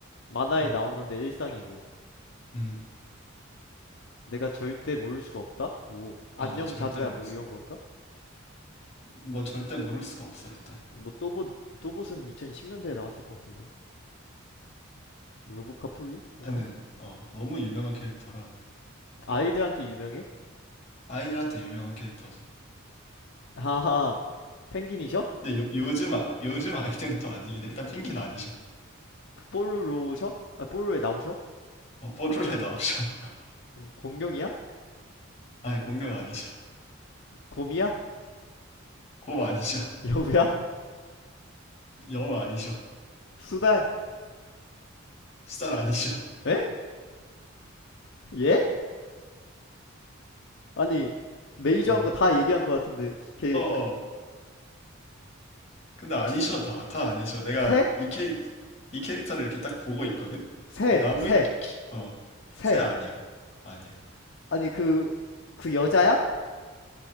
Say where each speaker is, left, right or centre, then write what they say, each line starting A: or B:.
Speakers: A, on the left; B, on the left.
A: 만화에
B: 음.
A: 나오는데 일상이고
B: 음.
A: 내가 절대 모를 수가 없다? 오 안녕
B: 어, 너 절대
A: 자두야
B: 모를
A: 뭐
B: 수,
A: 이런 건가?
B: 뭐 절대 모를 수가 없어 일단.
A: 뭐 또봇 또봇은 2010년대에 나왔을 것 같은데 로보카폴리? 근데
B: 얘는
A: 한국
B: 어 너무 유명한 캐릭터라
A: 아이들한테 유명해?
B: 아이들한테 유명한 캐릭터지.
A: 하하 펭귄이셔?
B: 근데 요, 요즘 아, 요즘 아이들은 또 아니긴 해. 일단 펭귄 아니셔.
A: 그 뽀로로셔? 아 뽀로로에 나오셔?
B: 어, 뽀로로에 나오셔. <laughs>
A: 공룡이야?
B: 아니 공룡 아니셔.
A: 곰이야?
B: 곰 아니셔.
A: <laughs> 여우야?
B: 여우 아니셔.
A: 수달?
B: 수달 아니셔.
A: 에? 예? 아니 메이저한
B: 어,
A: 거 다 얘기한 것 같은데 걔
B: 어, 어.
A: 그
B: 근데 아니셔
A: 혹시
B: 다, 다 아니셔. 내가
A: 새?
B: 이 캐, 이 캐릭터를 이렇게 딱 보고 있거든.
A: 새,
B: 그 나무위키,
A: 새,
B: 어,
A: 새.
B: 새 아니야. 아니야.
A: 아니 그 그 여자야?